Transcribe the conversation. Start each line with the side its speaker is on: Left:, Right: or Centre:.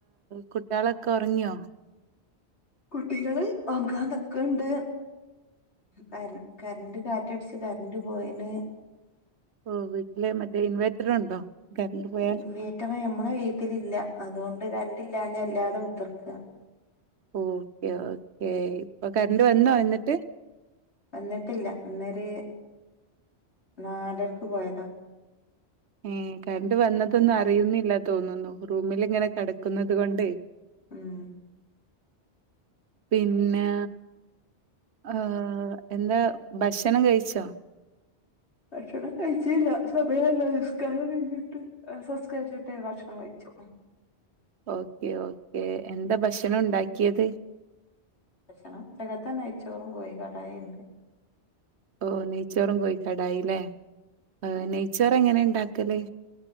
Right: കുട്ടേളൊക്കെ ഒറങ്ങിയോ
Left: കുട്ടികള് ഒർങ്ങാൻ നിക്കൻട് കര കരണ്ട് കാറ്റടച്ച് കരന്റ് പോയന്
Right: ഓ വീട്ടില് മറ്റേ ഇൻവേർറ്റർ ഉണ്ടോ കറണ്ട് പോയാൽ
Left: ഇൻവേറ്ററ് അമ്മളെ വീട്ടിലില്ല അതുകൊ ണ്ട് കറന്റിലാഞ്ഞ ഇല്ലാതെ കുത്തിർക്ക
Right: ഓക്കെ ഓക്കെ ഇപ്പൊ കറണ്ട് വന്നോ എന്നിട്ട്
Left: വന്നിട്ടില്ല ഇന്നേരേ നാലർക്ക് പോയതാ
Right: ഏ കറന്റ് വന്നതൊന്നും അറിയുന്നില്ല തോന്നുന്നു റൂമിൽഇങ്ങനെ കിടക്കുന്നത് കൊണ്ടേ
Left: ഉം
Right: പിന്നെ ഏ എന്താ ഭക്ഷണം കഴിച്ചോ
Left: ഭക്ഷണം കഴിച്ചില്ല സമയല്ലസ്കാരഴിഞ്ഞിട്ട് എസസ്കരിച്ചിട്ടേ ഭക്ഷണം കഴിച്ചു
Right: ഓക്കെ ഓക്കെ എന്താ ഭക്ഷണം ഉണ്ടാക്കിയത്
Left: ഭക്ഷണം ച്ചഗത്തെ നെയ്യ്ച്ചോറും കോയിക്കാടായിയുണ്ട്
Right: ഓ നെയ്ച്ചോറും കോയിക്കടായിയൂല്ലേ എ
Left: ഉം
Right: നെയ്ച്ചോറ് എങ്ങനെ ണ്ടാ ക്കല്